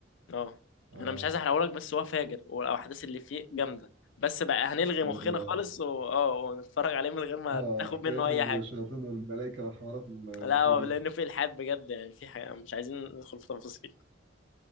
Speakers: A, on the left (about 75°); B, on the right (about 85°).
A: آه.
B: اه
A: انا مش عايز احرقهولك بس هو فاجر والاحداث اللي فيه جامدة بس بقى هنلغي
B: لا
A: مخنا
B: ده
A: خالص و... اه ونتفرج عليه من غير ما
B: اه
A: تاخد
B: حكايات
A: منه اي
B: الشياطين
A: حاجة
B: والملائكه والحوارات اللي
A: لا
B: فيه
A: هو
B: دي
A: لانه فيه الحاد بجد يعني في حاجة مش عايزين ندخل في تفاصيل